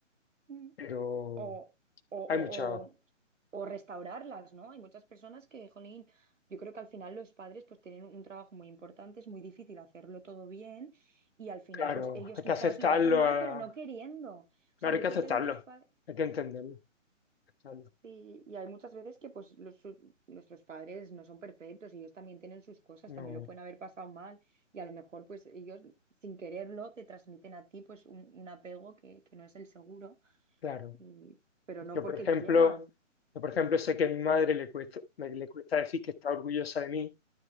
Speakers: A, on the right; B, on the left.
A: Mm.
B: pero
A: o, o, o-
B: hay mucho,
A: o- o restaurarlas, ¿no? Hay muchas personas que, jolín, yo creo que al final los padres pues tienen un trabajo muy importante, es muy difícil hacerlo todo bien y al final
B: claro,
A: pues ellos
B: hay
A: quizás
B: que aceptarlo,
A: lo hacen mal,
B: a-
A: pero no queriendo. O
B: claro,
A: sea, yo
B: hay que
A: creo
B: aceptarlo,
A: que hay muchos padres...
B: hay que entenderlo, aceptarlo.
A: y hay muchas veces que pues los, su- nuestros padres no son perfectos, ellos también tienen sus cosas,
B: No,
A: también lo pueden haber pasado mal y a lo mejor pues ellos sin quererlo te transmiten a ti pues un, un apego que, que no es el seguro,
B: claro.
A: y- pero no
B: Yo,
A: porque
B: por ejemplo,
A: quieran.
B: yo, por ejemplo, sé que a mi madre le cuesta, me- le cuesta decir que está orgullosa de mí,